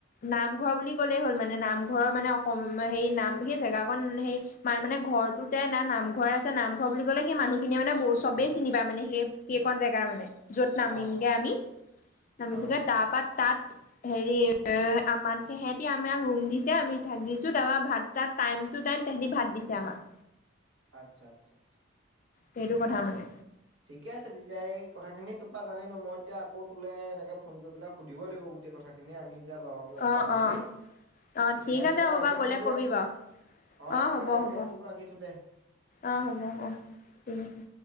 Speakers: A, on the left; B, on the right.
A: নামঘৰ বুলি ক'লেই হ'ল মানে নামঘৰৰ মানে অসম সে নাম সেই জেগাখন সেই মান মানে ঘৰতটোতে না নামঘৰ আছে নামঘৰ বুলি ক'লে সেই মানুহখিনিয়ে ব চবেই চিনি পায় মানে সেই সেইকন জেগা মানে, য'ত নামিমগে
B: অ', অ'।
A: আমি নামিছোগে
B: হয়
A: তাৰপা তাত হেৰি এ আমাক সেহেতি আমাক ৰুম দিছে আমি থাকিছো তাৰপা ভাত চাত টাইম টু টাইম তেহেতি ভাত দিছে আমাক
B: আটচ্ছা আটচ্ছা আটচ্ছা
A: সেইটো কথা মানে
B: ঠিকে আছে তেতিয়া এই কথাখিনি তোপা জানিলো মই এতিয়া আকৌ তোলে এনেকে ফোন কৰি পেলাই সুধিবই লাগিব গোটেই কথাখিনি আমি যেতিয়া লগ
A: অ
B: যাম বুলি
A: অ অ
B: এতিয়া
A: ঠিক
B: তেতিয়া
A: আছে হ'ব
B: এতিয়া
A: বাৰু গ'লে
B: ফোনটো
A: কবি
B: ৰাখিছো।
A: বাৰু
B: অ তেতিয়া
A: হ'ব হ'ব
B: এতিয়া ফোনটো ৰাখিছো দে
A: অ হ'ব অ ঠিক আছে।